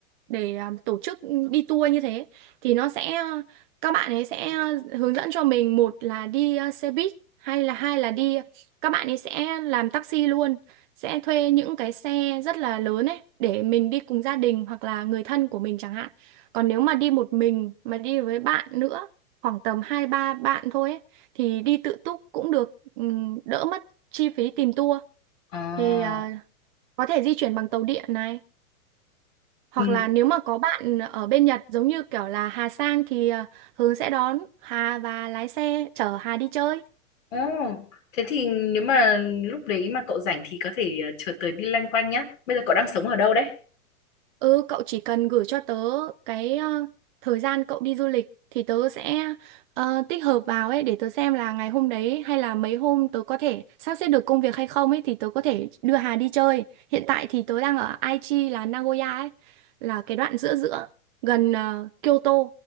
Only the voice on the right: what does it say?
để à, tổ chức đi tour như thế thì nó sẽ ờ, các bạn ấy sẽ ờ, hướng dẫn cho mình một là đi à, xe buýt hay là hai là đi các bạn ấy sẽ làm taxi luôn, sẽ thuê những cái xe rất là lớn ấy để mình đi cùng gia đình hoặc là người thân của mình chẳng hạn. Còn nếu mà đi một mình mà đi với bạn nữa, khoảng tầm hai ba bạn thôi ấy, thì đi tự túc cũng được ừm, đỡ mất chi phí tìm tour
thì à, có thể di chuyển bằng tàu điện này hoặc
là nếu mà có bạn ở bên Nhật giống như kiểu là Hà sang thì à, Hướng sẽ đón Hà và lái xe chở Hà đi chơi
ừ cậu chỉ cần gửi cho tớ cái à, thời gian cậu đi du lịch thì tớ sẽ ờ, tích hợp vào ấy để tớ xem là ngày hôm đấy hay là mấy hôm tớ có thể sắp xếp được công việc hay không ấy thì tớ có thể đưa Hà đi chơi hiện tại thì tớ đang ở Aichi là Nagoya ấy là cái đoạn giữa giữa gần ờ, Kyoto